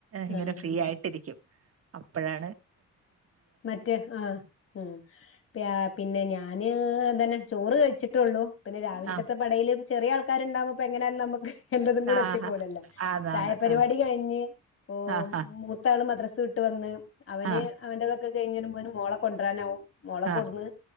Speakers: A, on the right; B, on the left.
A: ഇങ്ങനെ
B: ആഹ്
A: ഫ്രീ ആയിട്ടിരിക്കും അപ്പഴാണ്
B: മറ്റേ ഹാ ഉം പി പിന്നെ ഞാന് അതന്നെ ചോറ് കഴ് ച്ച്ട്ടുള്ളൂ പിന്നെ രാവിലക്കത്തെ.
A: ആ
B: പടയിലും ചെറിയ ആൾക്കാരുണ്ടാവുമ്പോപ്പെ ങ്ങന യാലും നമക്ക് എല്ലതും കൂടെ
A: ആ
B: എത്തി പോവുലല്ലോ
A: ആന്ന്
B: ചായപരിപാടി
A: ആന്ന് ആ
B: കഴിഞ്ഞ് ഇപ്പൊ
A: ആ
B: അട് ത്താആള് മദ്രസ് ഇട്ട് വന്ന് അവന്
A: ആ
B: അവന്റേതൊക്കെ കഴിഞ് വരുമ്പോക്കിന് രുമ മോളെ കൊണ്ടുവരാനാവും മോളെ
A: ആ
B: കൊടുന്ന്